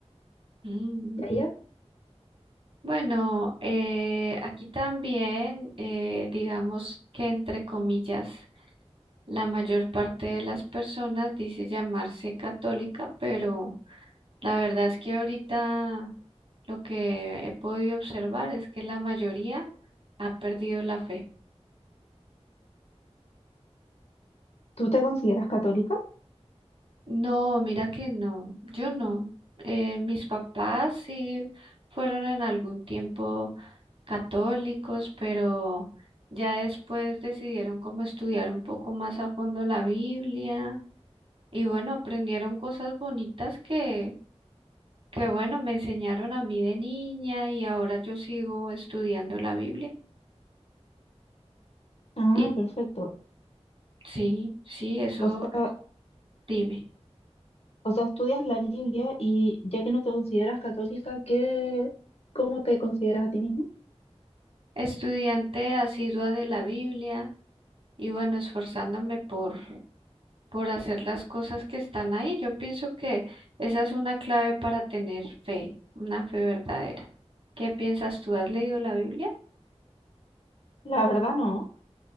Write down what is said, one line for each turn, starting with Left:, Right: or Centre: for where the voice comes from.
Right: Mm,
Left: ¿Ya, ya?
Right: Bueno, eh, aquí también, eh, digamos que entre comillas, la mayor parte de las personas dice llamarse católica, pero la verdad es que ahorita lo que he podido observar es que la mayoría ha perdido la fe.
Left: ¿Tú te consideras católica?
Right: No, mira que no, yo no. Eh, mis papás sí fueron en algún tiempo católicos, pero ya después decidieron como estudiar un poco más a fondo la Biblia y bueno, aprendieron cosas bonitas que, que bueno, me enseñaron a mí de niña y ahora yo sigo estudiando la Biblia.
Left: Ah,
Right: Y
Left: perfecto.
Right: sí, sí, eso
Left: O sea,
Right: dime.
Left: o sea, estudias la Biblia y ya que no te consideras católica, ¿qué, cómo te consideras a ti mismo?
Right: Estudiante asidua de la Biblia y bueno, esforzándome por... por hacer las cosas que están ahí. Yo pienso que esa es una clave para tener fe, una fe verdadera. ¿Qué piensas tú? ¿Has leído la Biblia?
Left: La verdad no.